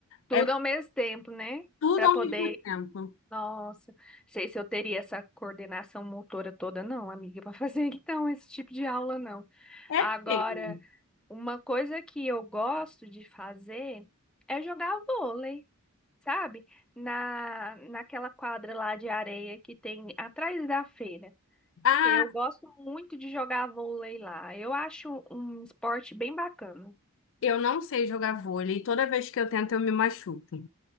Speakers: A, in the centre; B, on the left (about 60°).
A: tudo
B: é
A: ao mesmo tempo, né?
B: tudo
A: Para
B: ao
A: poder.
B: mesmo tempo.
A: Nossa, sei se eu teria essa coordenação motora toda, não, amiga, para fazer <laughs> então esse tipo de aula, não.
B: É
A: Agora,
B: feio.
A: uma coisa que eu gosto de fazer é jogar vôlei, sabe? Na, naquela quadra lá de areia que tem atrás da feira.
B: Ah,
A: Eu gosto muito de jogar vôlei lá. Eu acho um esporte bem bacana.
B: eu não sei jogar vôlei. Toda vez que eu tento, eu me machuco.